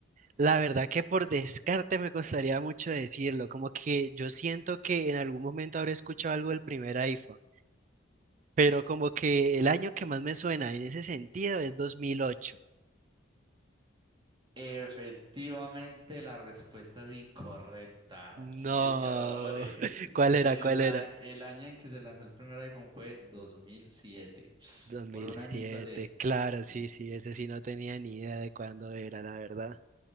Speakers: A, on the right; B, on the right.
A: La verdad que por descarte me costaría mucho decirlo, como que yo siento que en algún momento habré escuchado algo del primer iPhone, pero como que el año que más me suena en ese sentido es 2008.
B: Efectivamente, la respuesta es incorrecta,
A: No,
B: señores.
A: <laughs> ¿cuál era?
B: El,
A: ¿Cuál era?
B: a- el año en que se lanzó el primer iPhone fue 2007.
A: 2007,
B: Por un añito le...
A: claro,
B: Sí.
A: sí, sí, ese sí no tenía ni idea de cuándo era, la verdad.